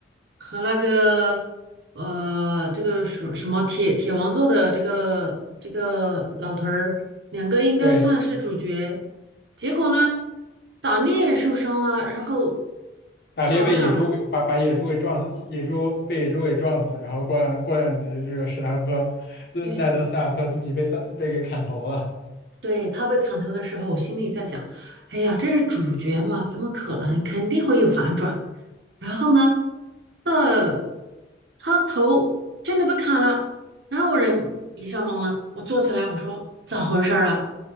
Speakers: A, on the right (about 65°); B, on the left (about 55°).
A: 和那个呃，这个什什么铁铁王座的这个这个老头儿，两个应该算是主角。
B: 对，
A: 结果呢，打猎受伤了，然后
B: 打猎被野猪给把把野猪给撞，
A: 好不了了。
B: 死，野猪被野猪给撞死，然后过两过两集，这个史塔克，这奈德·
A: 对
B: 斯塔克自己被宰被给砍头了。
A: 对，他被砍头的时候，我心里在想，哎呀，这是主角嘛，怎么可能？肯定会有反转。然后呢，呃，他头真的被砍了，然后我人一下懵了，我坐起来，我说咋回事儿啊？